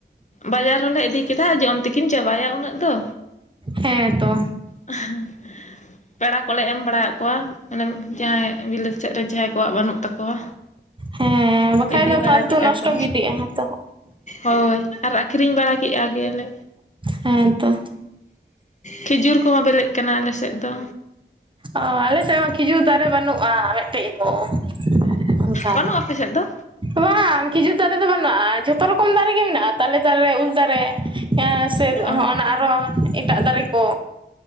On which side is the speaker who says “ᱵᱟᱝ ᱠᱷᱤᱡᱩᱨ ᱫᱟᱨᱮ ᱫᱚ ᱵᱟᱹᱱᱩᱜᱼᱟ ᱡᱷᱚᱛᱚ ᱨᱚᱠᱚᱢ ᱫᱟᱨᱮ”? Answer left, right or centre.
Right